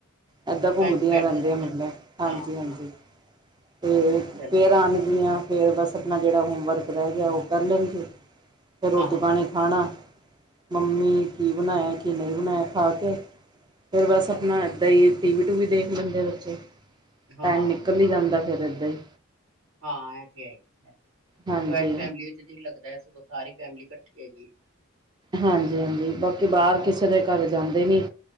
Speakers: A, on the right; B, on the right.
A: ਐਦਾਂ ਘੁੰਮਦੀਆਂ
B: ਟਾਈਮ ਸਪੈਂਡ
A: ਰਹਿੰਦੀਆਂ
B: ਹੋ ਜਾਂਦਾ
A: ਮਤਲਬ,
B: ਹੈ।
A: ਹਾਂਜੀ-ਹਾਂਜੀ।
B: ਹਾਂ ਹਾਂ
A: ਤੇ
B: ਚਲੋ
A: ਫਿਰ ਆਣਗੀਆਂ। ਫਿਰ ਬਸ ਆਪਣਾ ਜਿਹੜਾ ਹੋਮਵਰਕ ਰਹਿ ਗਿਆ ਉਹ ਕਰ ਲੈਣਗੇ। ਫੇਰ ਰੋਟੀ-ਪਾਣੀ
B: ਹਾਂ
A: ਖਾਣਾ ਮੰਮੀ ਕੀ ਬਣਾਆ, ਕੀ ਨਈ ਬਣਾਆ ਖਾ ਕੇ ਫੇਰ ਬਸ
B: ਅੱਛਾ
A: ਅਪਨਾ ਏਦਾਂ ਈ ਟੀਵੀ-ਟੂਵੀ ਦੇਖ ਲੈਂਦੇ ਬੱਚੇ
B: ਹਾਂ
A: ਟਾਈਮ ਨਿਕਲ ਈ ਜਾਂਦਾ। ਫਿਰ ਏਦਾਂ ਈ।
B: ਹਾਂ ਐ ਤੇ ਹੈਈਏ,
A: ਹਾਂਜੀ
B: ਜਆਇੰਟ ਫੈਮਿਲੀ ਵਿੱਚ ਜੀ ਲੱਗਦਾ ਸਗੋਂ ਸਾਰੀ ਫੈਮਲੀ ਕੱਠੀ ਐਗੀ।
A: ਹਾਂਜੀ-ਹਾਂਜੀ ਬਾਕੀ ਬਾਰ ਕਿਸੇ ਦੇ ਘਰ ਜਾਂਦੇ ਨੀ।